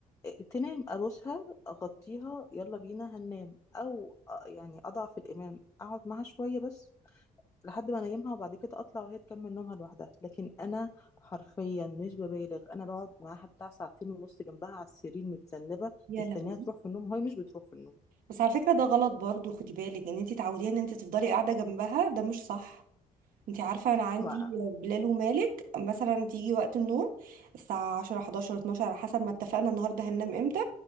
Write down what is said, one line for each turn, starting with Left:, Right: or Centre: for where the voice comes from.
Left: إيه، تنام ابوسها اغطيها يلا بينا هننام او آه، يعني اضعف الامام اقعد معاها شوية بس لحد ما انيمها وبعد كده اطلع وهي تكمل نومها لوحدها لكن انا حرفيا مش ببالغ انا بقعد معاها بتاع ساعتين ونص جنبها على السرير متذنبه
Right: يا
Left: مستنيها
Right: لهوي
Left: تروح في النوم وهي مش بتروح في النوم
Right: بس على فكرة ده غلط برضو خدي بالك ان انت تعوديها ان انت تفضلي قاعدة جنبها ده مش صح انت عارفة انا عندي
Left: ما
Right: بلال ومالك مثلا تيجي وقت النوم الساعة 10 11 12 على حسب ما اتفقنا النهاردة هننام امتى